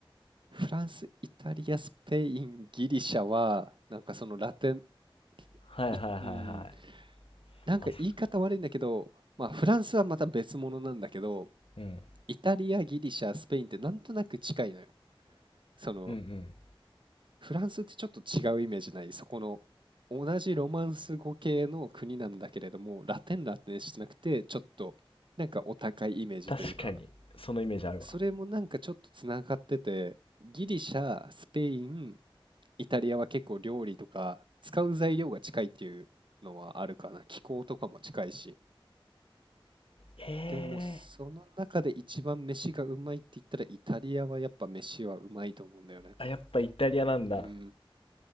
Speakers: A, on the right (about 60°); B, on the left (about 75°).
A: フランス、イタリア、スペイン、ギリシャは、なんかそのラテン、
B: はいはいはいはい。
A: い、うん、なんか言い方悪いんだけど、
B: あ
A: まあフランスはまた別物なんだけど、
B: うん。
A: イタリア、ギリシャ、スペインってなんとなく近いのよ。その
B: うんうん。
A: フランスってちょっと違うイメージない、そこの同じロマンス語系の国なんだけれども、ラテンラテンしてなくて、ちょっとなんかお高いイメージというか、
B: 確かに、そのイメージあるわ。
A: それもなんかちょっとつながってて、ギリシャ、スペイン、イタリアは結構料理とか使う材料が近いっていうのはあるかな。気候とかも近いし。
B: ええ
A: でもその中で一番飯がうまいって言ったらイタリアはやっぱ飯はうまいと思うんだよね。
B: ーあ、やっぱイタリアなんだ。
A: うん。